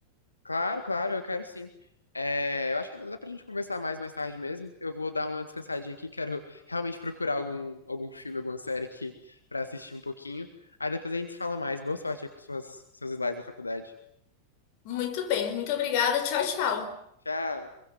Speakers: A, on the left (about 80°); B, on the left (about 45°).
A: Claro, claro, eu quero sim. É, eu acho que dá pra gente conversar mais mais tarde mesmo. Eu vou dar uma descansadinha aqui, quero realmente procurar algum, algum filme, alguma série aqui pra assistir um pouquinho. Aí depois a gente se fala mais. Boa sorte aí com suas, seus slides da faculdade.
B: Muito bem, muito obrigada. Tchau, tchau.
A: Tchau!